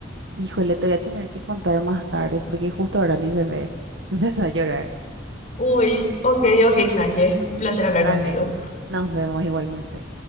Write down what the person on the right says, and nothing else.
híjole, te voy a tener que contar más tarde porque justo ahora mi bebé <laughs> empezó a llorar.
Dale,
nos vemos igualmente.